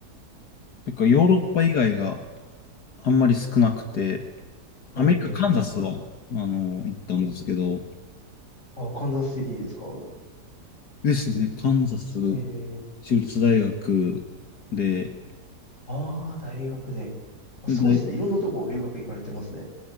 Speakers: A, on the left; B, on the left.
A: というかヨーロッパ以外があんまり少なくて、アメリカ、
B: お
A: カンザスは、
B: ー、
A: あの、行ったんですけど、
B: あ、カンザスシティですか
A: ですね。カンザス
B: ええー、
A: 州立大学で、
B: ああ、大学で。あすごいですね。
A: で大
B: いろんなとこ留学行かれてますね。